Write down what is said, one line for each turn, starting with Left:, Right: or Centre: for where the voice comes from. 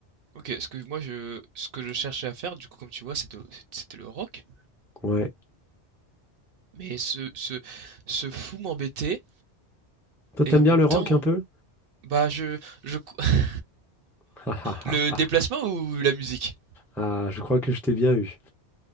Right: OK, ce que moi je ce que je cherchais à faire, du coup, comme tu vois, c'était c'était le rock,
Centre: Ouais.
Right: mais ce ce ce fou m'embêtait
Centre: Toi, t'aimes
Right: et en
Centre: bien
Right: même
Centre: le
Right: temps,
Centre: rock un peu?
Right: bah, je je <laughs>
Centre: <laughs> Ah, ah,
Right: le déplacement
Centre: ah, ah.
Right: ou la musique?
Centre: Ah, je crois que je t'ai bien eu.